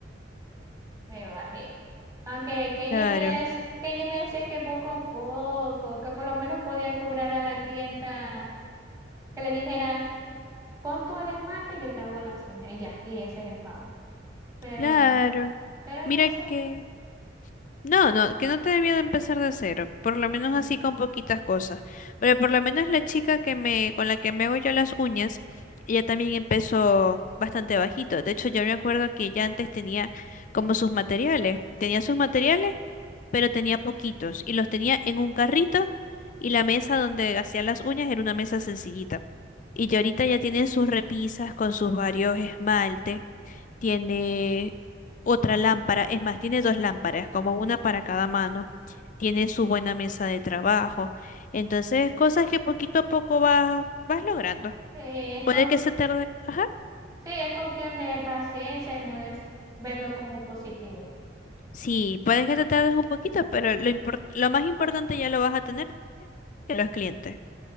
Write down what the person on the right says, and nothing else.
me bajé. Aunque Kenny
me, des- Kenny me decía que poco a poco, que por lo menos podía cobrar a la clienta que le dijera, pon tú el esmalte y yo te hago las uñas, y ya, y ese es el pago. Pero,
pero
no sé,
eh,
eh, es
cues-
sí, es cuestión de paciencia y no es verlo como positivo.